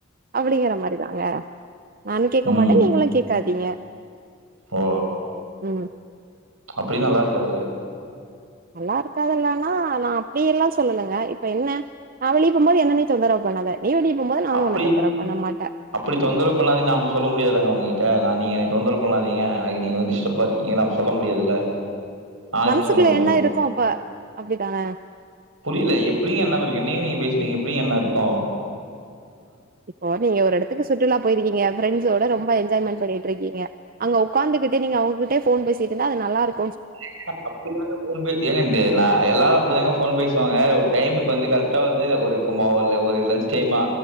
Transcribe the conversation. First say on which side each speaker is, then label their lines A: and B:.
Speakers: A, on the right (about 45°); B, on the right (about 80°).
A: அப்டிங்குற மாரிதாங்க நானு கேக்க
B: ம்
A: மாட்ட நீங்களு கேக்காதீங்க
B: ஓ
A: ம்
B: அப்டி நல்லாருக்காதுல
A: நல்லா இருக்காதுல்லானா நா அப்டி எல்லா சொல்லலங்க இப்ப என்ன நா வெளிய போம் போது என்ன நீ தொந்ரவு பண்ணாத நீ வெளிய போம்போது நானு
B: அப்டி
A: உன்ன தொந்தரவு பண்ண மாட்டே
B: அப்டி தொந்தரவு பண்ணாதின் நாம சொல்ல முடியாதுங்க அவுங்ககிட்ட நா நீங்க தொந்தரவு பண்ணாதீங்க எனக்கு நீங்க வந்து டிஸ்டப் ஆ இருக்கீங்க நம்ம சொல்ல முடியாதுல்ல நான்
A: மனசுக்குள்ள
B: எப்படி சொல்ல முடியும்?
A: என்ன இருக்கோ அப்ப அப்டிதான
B: புரியில எப்டிங்க என்னாம இருக்கு என்னங்க நீங்க பேசுறீங்க எப்டிங்க என்ன இருக்கு
A: இப்போ நீங்க ஒரு எடத்துக்கு சுற்றுலா போயிருக்கீங்க ஃப்ரெண்ஸ்ஸோட ரொம்ப என்ஜாய் மெண்ட் பண்ணிட்டு இருக்கீங்க அங்க உக்காந்துகிட்டே நீங்க அவங்ககிட்ட ஃபோன் பேசிட்டு இருந்தா அது நல்லாருக்
B: <inaudible> ஏங்க இந்து நா எல்லாரு அப்டித்தாங்க ஃபோன் பேஸ் சாப்டாங்க ஒரு டைமுக்கு வந்து கரெக்டா வந்து ஒருக்கு மோ ஒரு லன்ச் டைமா